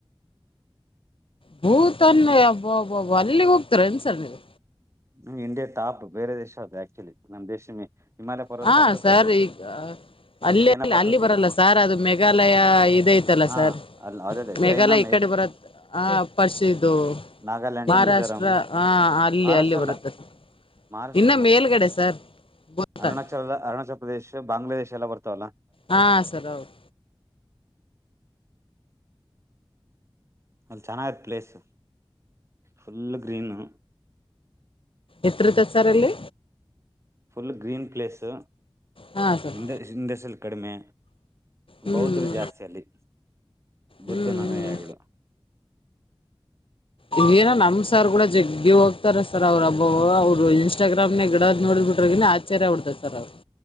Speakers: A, on the left; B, on the right.
A: ಭೂತನ್ಬ್ಬಬಬ ಅಲ್ಲಿಗೆ ಹೋಗ್ತಾರೆ ಅನ್ಸರ್ ನೀವು
B: ನಮ್ಗೆ ಇಂಡಿಯಾ ಟಾಪ್ ಬೇರೆ ದೇಶ ಅ ಆಕ್ಚುಲಿ ನಮ್ ದೇಶ ಹಿಮಾಲಯ ಪರ್ವತ
A: ಹಾ
B: ಪಕ್ಕಕ್
A: ಸರಿ
B: ಐತೆ
A: ಈಗ ಅಲ್ಲೇ
B: ಚೈನಾ ಪಕ್ಕಕ್
A: ಅಲ್ಲಿ ಬರಲ್ಲ
B: ಬರುತ್ತೆ
A: ಸಾರ್ ಅದು ಮೇಘಾಲಯ ಇದ ಐತಲ್ಲ
B: ಹಾ
A: ಸಾರ್
B: ಅಲ್ಲ ಅದೇ
A: ಮೇಘಾಲಯ
B: ಚೈನಾ
A: ಈ ಕಡೆ ಬರತ್ ಆ ಫಸ್ಟ್ ಇದು
B: ನಾಗಾಲ್ಯಾಂಡ್
A: ಮಹಾರಾಷ್ಟ್ರ
B: ಮಿಜೋರಾಮ್
A: ಹಾಂ ಅಲ್ಲಿ
B: ಮಹಾರಾಷ್ಟ್ರ
A: ಅಲ್ಲಿ
B: ಅಲ್ಲ
A: ಬರುತ್ತೆ ಸರ್
B: ಮಹಾರಾಷ್ಟ್ರ
A: ಇನ್ನೂ
B: ಅಲ್ಲ
A: ಮೇಲುಗಡೆ ಸರ್ ಗೊತ್ತಲ್ಲ
B: ಅರುಣಾಚಲ ಅರುಣಾಚಲ ಪ್ರದೇಶ ಬಾಂಗ್ಲಾದೇಶ ಎಲ್ಲ ಬರ್ತವಲ್ಲ
A: ಹಾ ಸರ್ ಹೌದು
B: ಅಲ್ಲಿ ಚೆನ್ನಾಗಿರುತ್ತೆ ಪ್ಲೇಸ್ ಫುಲ್ ಗ್ರೀನು
A: ಎತ್ರರುತ ಸರ್ ಅಲ್ಲಿ
B: ಫುಲ್ ಗ್ರೀನ್ ಪ್ಲೇಸು
A: ಹಾ ಸರ್
B: ಹಿಂದ ಹಿಂದಸಲ್ ಕಡಿಮೆ
A: ಹ್ಮ್
B: ಬೌದರು ಜಾಸ್ತಿ ಅಲ್ಲಿ ಬುದ್ಧನ
A: ಹ್ಮ್
B: ಅನುಯಾಯಿಗಳು
A: ಈಗ ಏನ ನಮ್ಮ್ ಸರಗೋಳ ಜಗ್ಗಿ ಹೋಗ್ತರ ಸರ್ ಅವ್ರ ಹಬ್ಬ ಅವರು ಇನ್ಸ್ಟಾಗ್ರಾಮನಾಗ ಇಡದ್ ನೋಡಿ ಬಿಟ್ರ ಇನ್ <unintelligible>